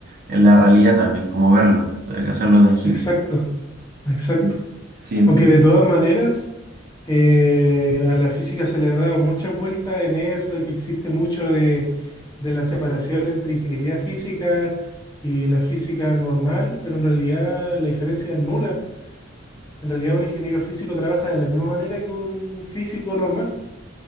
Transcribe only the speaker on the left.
Exacto, exacto.
Aunque de todas maneras, eh, a la física se le ha dado muchas vueltas en eso, de que existe mucho de, de la separación entre ingeniería física y la física normal, pero en realidad la diferencia es nula. En realidad un ingeniero físico trabaja de la misma manera que un físico normal.